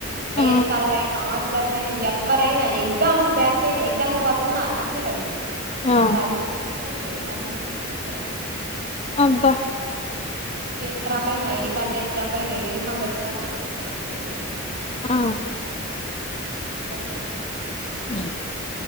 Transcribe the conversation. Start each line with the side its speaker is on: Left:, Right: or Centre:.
Right: డేస్
Left: ఆ
Right: స్కాలర్ అయినా హాస్టలర్స్ అయినా ఎవరైనా ఎగ్జామ్ కు బ్యాచ్ అయినా ఎగ్జామ్ కు పోతున్నా ట్లీ వళ్ళు నా
Left: ఆ
Right: పర్మిషన్ తీసుకొని నేను పర్మిషన్ ఇస్తేనే పోవలా
Left: అబ్బ
Right: షూ వేసుకురా పైన ఐడి కార్డు వేసుకురా పైన యూనిఫామ్ వేసుకురా పైన ఒప్పుకునేది లేదు
Left: ఆ
Right: చెప్పాడు
Left: ఊ